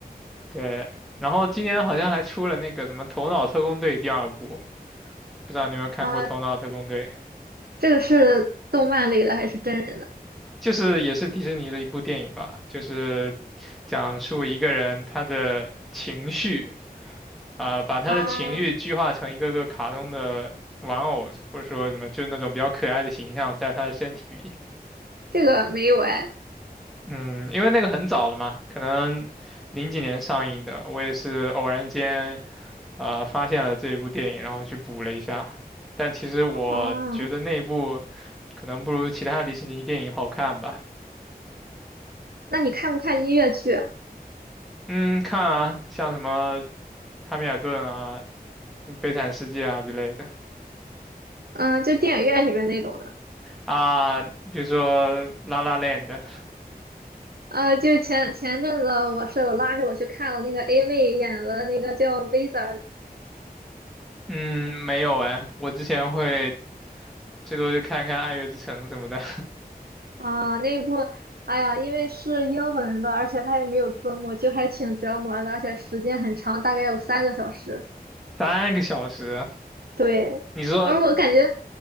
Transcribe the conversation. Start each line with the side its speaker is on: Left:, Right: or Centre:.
Centre: 对。然后今年好像还出了那个什么《头脑特工队》第二部，不知道你有没有看过《头脑特工队》，
Right: 啊？这个是动漫类的还是真人的？
Centre: 就是也是迪士尼的一部电影吧，就是讲述一个人他的情绪啊，把他的情绪具化成一个个卡通的玩偶，
Right: 啊，
Centre: 或者说什么就那种比较可爱的形象，在他的身体里。
Right: 这个没有哎。
Centre: 嗯，因为那个很早了嘛，可能零几年上映的，我也是偶然间呃发现了这一部电影，然后去补了一下。但其实我觉得那一部
Right: 哦，
Centre: 可能不如其他迪士尼电影好看吧。
Right: 那你看不看音乐剧啊？
Centre: 嗯，看啊，像什么《汉密尔顿》啊、嗯悲惨世界》啊之类的
Right: 嗯，就电影院里边那种的。
Centre: 啊，比如说《La La n d
Right: 呃，就前前阵子我舍友拉着我去看了那个 A 妹演的那个叫《w i z a r
Centre: 嗯，没有哎，我之前会最多就看看《爱乐之城》什么的，
Right: 啊，那部，哎呀，因为是英文的，而且它也没有字幕，就还挺折磨的，而且时间很长，大概有三个小时。
Centre: <laughs> 三个小时啊。
Right: 对，
Centre: 你说
Right: 而我感觉